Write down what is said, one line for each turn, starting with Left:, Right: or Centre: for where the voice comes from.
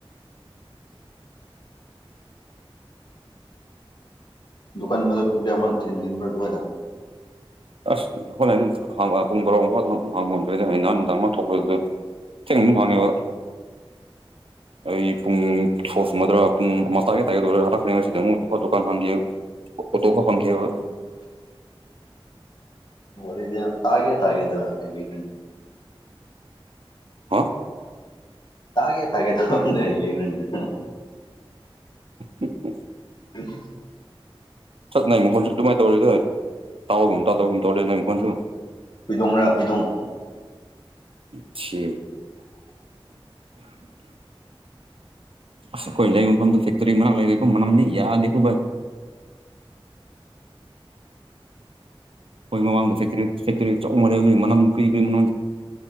Left: ꯗꯨꯀꯥꯟ ꯃ ꯄꯨꯨꯔꯇꯦ ꯑꯝꯜ ꯊꯤꯟꯃꯤꯤꯟꯕꯔ ꯋꯥꯖ
Right: ꯑꯁ ꯍꯣꯏ ꯑꯗꯨꯝ ꯄꯨꯡ ꯕꯥꯔꯥꯎ ꯃꯐꯥꯎꯗ ꯑꯗꯨꯝ ꯍꯥꯡꯕꯣꯗ꯭ꯔ ꯅꯍ ꯅꯨꯡꯗꯥꯡ ꯂ ꯊꯣꯛꯄꯗꯨꯗꯤ ꯆꯪ ꯃꯥꯅꯦꯕ
Left: <inaudible>
Right: ꯑꯩ ꯄꯨꯡ ꯁꯨꯝꯃꯗ꯭ꯔꯥ ꯄꯨꯡ ꯑꯃꯥꯏ ꯇꯥꯏꯒꯗꯧꯔ ꯍꯜꯂꯛꯄꯅꯦ ꯉꯁꯤꯗ ꯑꯃꯨꯛ ꯗꯨꯀꯥꯟ ꯍꯥꯡꯈꯤꯦ ꯑꯣ ꯇ ꯀ ꯐ ꯀꯕ
Left: <inaudible> ꯔꯗ ꯇꯥꯒꯦ ꯇꯥꯒꯦꯗ ꯍꯕꯤ
Right: ꯍꯥ
Left: ꯇꯥꯒꯦ ꯇꯥꯒꯦ ꯇꯥꯉꯗꯦꯕꯤꯔꯅ
Right: ꯎ
Left: ꯎꯝ
Right: ꯁꯠ ꯅꯥꯏꯃꯨꯈꯣꯟꯁꯨ ꯑꯗꯨꯃꯥꯏꯅ ꯇꯧꯔꯦꯗꯣꯏ ꯇꯥꯎꯕꯒꯨꯝ ꯇꯥꯗꯕꯒꯨꯝ ꯇꯧꯔ ꯅꯅꯥꯏꯃꯨꯈꯣꯟꯁꯨ
Left: ꯍꯨꯏꯗꯣꯡꯔ ꯍꯨꯏꯗꯣꯡ
Right: ꯁꯤ ꯑꯁ ꯑꯩꯈꯣꯏ ꯂꯩꯕ ꯃꯐꯝꯗꯨ ꯐꯦꯛꯇꯔꯤ ꯃꯅꯥꯛ ꯂꯩꯒꯦꯀꯣ ꯃꯅꯝꯗꯤ ꯌꯥꯗꯦꯀꯣ ꯚꯥꯏ ꯑꯩꯣꯏꯃꯥꯡꯗ ꯆꯇꯔꯦꯠ ꯆꯩꯇ꯭ꯔꯦꯠ ꯆ ꯃ ꯂꯩ ꯂꯧ ꯑꯗꯨꯣꯏ ꯃꯅ ꯀꯔꯤ ꯀꯔꯤ ꯃ